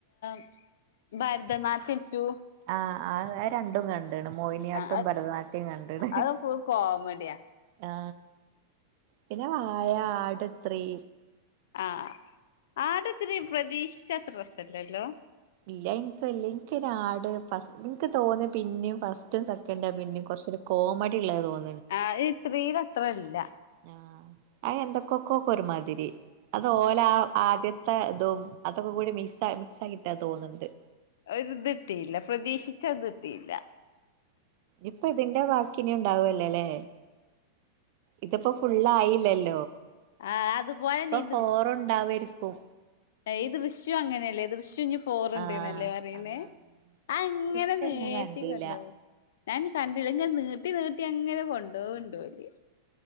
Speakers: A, on the left; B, on the right.
A: <unintelligible> ഭരതനാട്യം റ്റു
B: ആഹ ആ രണ്ടും കണ് ക മോഹിനിയാട്ടം
A: ആ
B: ഭരതനാട്യം കണ്ടണ്
A: അത്
B: ഹ്
A: ഫുൾ കോമഡിയാ
B: ആ പിന്നെ വായ ആട്ത്രീ
A: ആഹ് ആട് ത്രി പ്രതീക്ഷിച്ചത്ര രസല്ലല്ലോ
B: ഇല്ല എനിക്കല്ല എനിക്കൊ ആട് ഫസ് എനിക്ക് തോന്നി പിന്നെയും ഫസ്റ്റ് റ്റും സെക്കൻ ന്റാ പിന്നെ കുറച്ചൊ കോമഡി ഉള്ളത് തോന്നു
A: ആ് ഇത് ത്രില് അത്രല്ല
B: ആ അ എന്തൊക്കൊക്കെക്കെ ഒരുമാതിരി അത് ഓല ആ ആദ്യത്തെ അ ഇതും അതൊക്കെ കൂടി മിസ് ആ മിക്സ് ആക്കിയിട്ടാ തോന്നുന്നുണ്ട്
A: ഒര്ത്ട്ടിയില്ല പ്രതീക്ഷിച്ച തിട്ടിയില്ല
B: ഇപ്പ ഇതിന്റെ വാക്കിഇിന ഉണ്ടാവല്ലേല്ലേ ഇതിപ്പോ ഫുള്ള ആായില്ലല്ലോ
A: ആഹ് അത് പോലെ നീ ഇത്
B: ഫോറുണ്ടാവായിരിക്കും
A: ഈ ദൃശ്യം അങ്ങനെയല്ലേ ദൃശ്യം ഇഞ്ഞ് പോറുണ്ട്നല്ലേ
B: ആഹ്
A: പറയുന്നേ
B: ആഹ്
A: ആ ഇങ്ങനെ
B: ദൃശ്യം
A: നേട്ടിക്കൊണ്ട
B: ഞാൻ കണ്ടില്ല
A: കും ഞാൻ കണ്ടില്ലങ്ങ നീട്ടി നീട്ടി അങ്ങനെ കൊണ്ടോ ക്ണ്ണ്ട് ഓല്